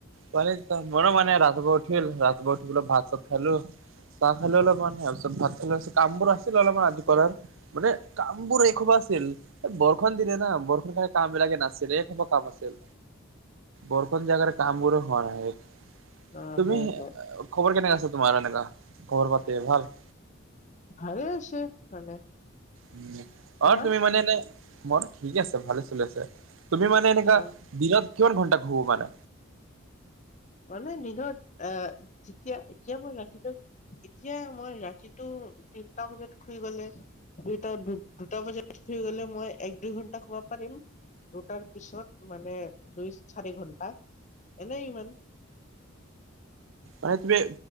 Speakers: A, on the right; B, on the left.
A: কালি যিটো মোৰো মানে ৰাতিপুৱা উঠিল, ৰাতিপুৱা উঠিবলৈ ভাত-চাত খালো। চাহ খালো অলপমান তাৰ পিছত ভাত খালো, কামবোৰ আছিলে অলপমান ৰাতিপুৱা মানে কামবোৰ এই খোবা আছিল, বৰষুণ দিলে না বৰষুণ কাৰণে কামবিলাকে নাছিলে। মোৰো কাম আছিল, বৰষুণ দিয়া কাৰনে কামবোৰো হোৱা নাই।
B: অ',
A: তুমি
B: হয়, হয়,
A: খবৰ কেনেকা আছে তোমাৰ এনেকা, খবৰ পাতি ভাল?
B: ভালে আছে মানে।
A: উম,
B: তোমাৰ?
A: অহ তুমি মানে এনে, মইতো ঠিক আছে ভালে চলি আছে, তুমি মানে এনেকা
B: অ'।
A: দিনত কিমান ঘণ্টা শুব পাৰা?
B: মানে দিনত আহ যেতিয়া এতিয়া মই ৰাতিটো এতিয়া মই ৰাতিটো তিনটা বজাত শুই গ'লে দুটা দুটা বজাত শুই গ'লে মই এক দুই ঘণ্টা শুব পাৰিম। দুটাৰ পিছত মানে দুই - চাৰি ঘন্টা এনেই ইমান
A: হয় তুমি